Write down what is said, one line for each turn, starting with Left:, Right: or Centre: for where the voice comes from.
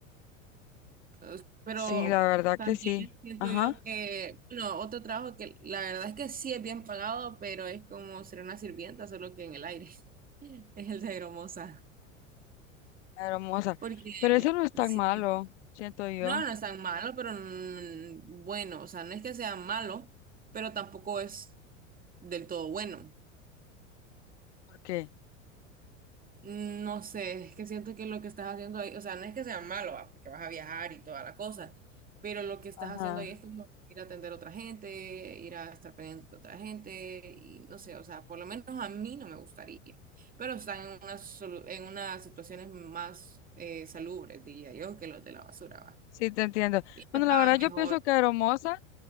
Right: Es- Pero
Left: Sí, la verdad
Right: también
Left: que sí.
Right: siento
Left: Ajá.
Right: yo que, bueno, otro trabajo que la verdad es que sí es bien pagado, pero es como ser una sirvienta, solo que en el aire, <laughs> es el de hermosa
Left: Hermosa.
Right: Porque
Left: Pero eso no es tan
Right: sí,
Left: malo, siento yo.
Right: no, no es tan malo, pero mm, bueno, o sea, no es que sea malo, pero tampoco es del todo bueno.
Left: por qué
Right: Mm, No sé, es que siento que lo que estás haciendo ahí, o sea, no es que sea malo, va, porque vas a viajar y toda la cosa, pero lo que estás
Left: Ajá.
Right: haciendo ahí es como ir a atender a otra gente, ir a estar pendiente de otra gente, y no sé, o sea, por lo menos a mí no me gustaría, pero están en unas, solu- en unas situaciones más eh, salubres, diría yo, que los de la basura, va.
Left: Sí, te entiendo.
Right: Y te
Left: Bueno,
Right: pagan
Left: la verdad
Right: mejor.
Left: yo pienso que hermosa,